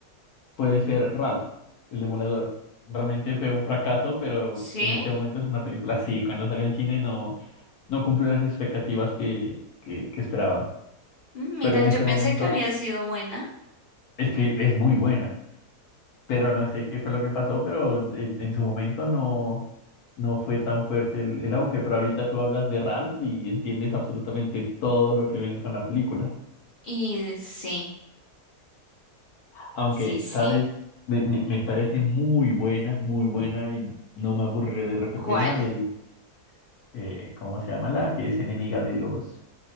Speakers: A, on the left; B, on the left.
A: puede ser Ralph, el Demoledor. Realmente fue un fracaso, pero
B: Sí,
A: en este momento es una película, sí, cuando salió en cine no, no cumplió las expectativas que, que, que esperaban.
B: Mm, mira,
A: pero en
B: yo
A: este
B: pensé
A: momento
B: que había sido buena
A: es que es muy buena, pero no sé qué fue lo que pasó, pero en, en su momento no, no fue tan fuerte el, el auge, pero ahorita tú hablas de Ralph y entiendes absolutamente todo lo que viene con la película,
B: y sí.
A: aunque,
B: Sí, sí.
A: ¿sabes? Me, me- me parece muy buena, muy buena y no me aburriré de repetirla
B: ¿Cuál?
A: de, eh, ¿cómo se llama la? Que es enemiga de los